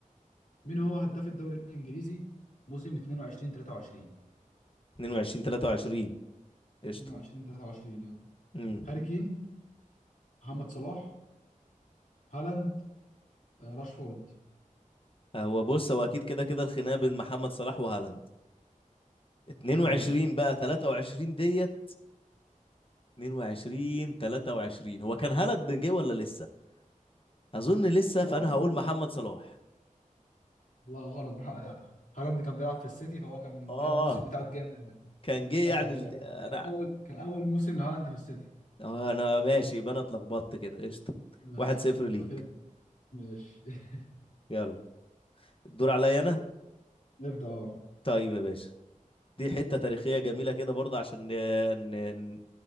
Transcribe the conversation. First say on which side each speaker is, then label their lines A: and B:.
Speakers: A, on the left; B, on the left.
A: مين هو هداف الدوري الإنجليزي موسم 22 23
B: 22 23 قشطة
A: 22 23 آه.
B: امم
A: هاري كين محمد صلاح هالاند آه، راشفورد
B: هو بص هو أكيد كده كده الخناقة بين محمد صلاح وهالاند 22
A: ماشي
B: بقى 23 ديت 22 23 هو كان هالاند جه ولا لسه؟ أظن لسه فأنا
A: هو كان
B: هقول
A: هم...
B: محمد صلاح
A: لا غلط <laughs> مح- هالاند كان بيلعب في السيتي فهو كان
B: آه
A: ده الموسم بتاعه الجامد ده
B: كان جه
A: ايوه
B: يعني ال...
A: كان
B: أنا
A: كان اول كان اول موسم لهالاند في السيتي
B: اه انا ماشي يبقى انا اتلخبطت كده قشطه
A: ماشي
B: واحد صفر ليك
A: يبقى كده ماشي <laughs>
B: يلا الدور عليا انا
A: نبدأ اه
B: طيب يا باشا دي حته تاريخيه جميله كده برضه عشان ن... ن...